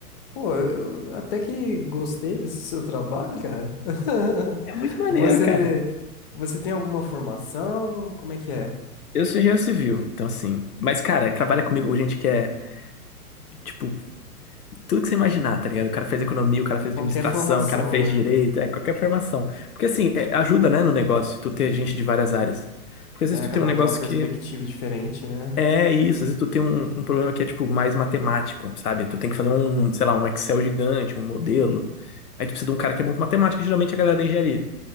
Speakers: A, on the left; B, on the left.
A: Pô, eu eu até que gostei desse <laughs> seu trabalho, cara. <laughs>
B: É muito maneiro,
A: Você,
B: cara.
A: você tem alguma formação? Como é que é?
B: Eu sou engenheiro civil, então assim. Mas, cara, trabalha
A: Hum.
B: comigo gente que é, tipo, tudo que você imaginar, tá ligado? O cara fez economia, o cara fez
A: Qualquer
B: administração,
A: formação,
B: o cara fez
A: né?
B: direito, é qualquer formação. Porque, assim, é, ajuda, né, no negócio, tu ter gente de várias áreas. Porque às vezes
A: É,
B: tu
A: cada
B: tem um negócio
A: um tem uma perspectiva
B: que
A: diferente, né?
B: é isso, às vezes tu tem um, um problema que é, tipo, mais matemático, sabe? Tu tem que fazer um, sei lá, um Excel gigante, um modelo. Aí tu precisa de um cara que é bom com matemática, geralmente é a galera da engenharia.